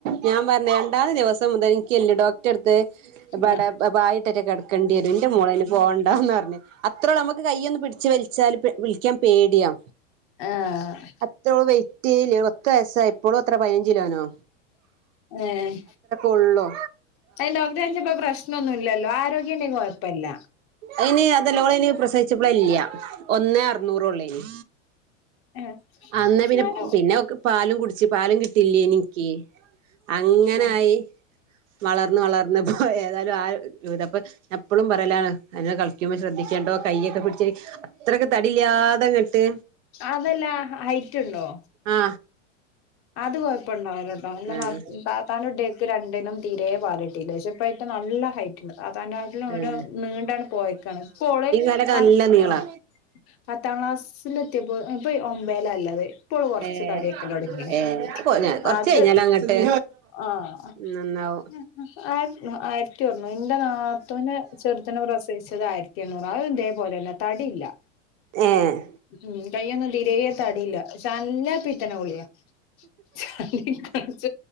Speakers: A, on the right; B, on the left.
A: ഞാൻ പർഞ്ഞ് രണ്ടാമത്തെ ദിവസം മുതൽ ഇൻക്ക് എല്ല് ഡോക്ടറെ എട്ത്ത്
B: ആഹ്
A: ഇബടെ പ പായിട്ടറ്റെ കെടക്കണ്ടി വരും ഇൻ്റെ മോളയ്ന് പോവണ്ടാന്നർഞ്ഞ്. അത്രേ ഉള്ള് നമ്മുക്ക് കയ്യൊന്ന് പിടിച്ച് വെലിച്ചാല് പെ വിളിക്കാൻ പേടിയാ.
B: ആഹ്
A: <unintelligible> വെയിറ്റേ ഇല്ല്യ പത്ത് വയസ്സായ ഇപ്പളും അത്ര പതിനഞ്ച് കിലോനോ.
B: ഏഹ്
A: ഒള്ളോ
B: <unintelligible> ഡോക്ടറെ കാണിച്ചപ്പം പ്രശ്നം ഒന്നുല്ലല്ലോ ആരോഗ്യം ഇണ്ടെങ്കി കൊഴപ്പല്ല.
A: അയ്ന് അതല്ല ഓള അയിന് പ്രസിച്ചപ്പളെ ഇല്ല ഒന്നേ അറുന്നൂറൊള്ളേയ്നി.
B: ഏഹ്
A: അന്നേ പിന്നെ
B: ഉമ്മാന്റെ
A: പിന്നെ ഓക്ക് പാലും കുടിച്ച് പാലും കിട്ടില്ലേനി ഇൻക്കി. അങ്ങനായി
B: ആഹ്
A: വളർന്ന് വളർന്ന് പോയതാ ഏതായാലും ആ <unintelligible> ഇപ്പ ഞാൻ ഇപ്പളും പറയലാണ്. അതിനെ കളിക്കുമ്പോ ശ്രദ്ധിക്കണ്ടോ കയ്യക്കെ പുടി ച്ച് അത്രക്ക് തടില്ലാതെങ്ങട്ട്
B: അതല്ല ഹൈറ്റ് ഉണ്ടോ
A: ആ
B: അത് കൊഴപ്പം ഇണ്ടാവുലട്ടോ ഇൻ്റെ
A: ആഹ്
B: മാ താത്താന്റെ കുട്ട്യേക്ക് രണ്ടിനും തീരെ പാല്ട്ടില്ല പക്ഷേ ഇപ്പയ്റ്റ നല്ല ഹൈറ്റ് ഇണ്ട് താത്താന്റെ കാട്ടിലും ഓന്
A: ആഹ്
B: നീണ്ടാണ് പോയക്കാണ് ഇപ്പോ ഓള്
A: ലൊക്കെ
B: പത്ത്
A: നല്ല നീളാ
B: ആഹ് പത്താം ക്ലാസ്സില് എത്തിയപ്പോ ഇപ്പ ഒമ്പേല ഇല്ലത് ഇപ്പഴു കൊർച്ച്
A: ഏഹ്
B: തടി വെക്കലൊടങ്ങിണ്.
A: ഏഹ് കൊറച്ച്
B: അത്
A: കഴിഞ്ഞാലങ്ങട്ട്
B: ആ അ
A: നന്നാവും
B: ഉം ആയി ആയിരത്തി ഒന്ന് ഇന്റെ നാത്തൂന് ചെർതിനെ പ്രസവി ച്ചത് ആയിരത്തി എണ്ണൂറ അത് ഇതേ പോലല്ല തടി ഇല്ല
A: ഏഹ്
B: ഉം കയ്യൊന്നും തീ രേ തടിയില്ല പക്ഷേ നല്ല പിത്തന കൊള്ളിയാ. <unintelligible>